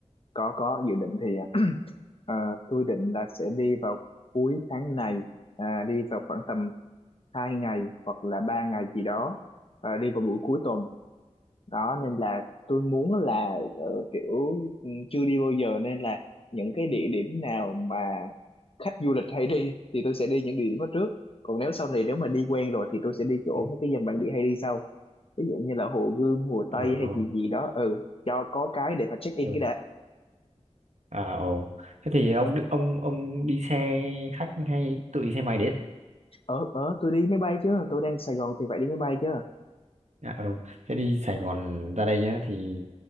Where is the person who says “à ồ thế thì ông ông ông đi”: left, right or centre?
Right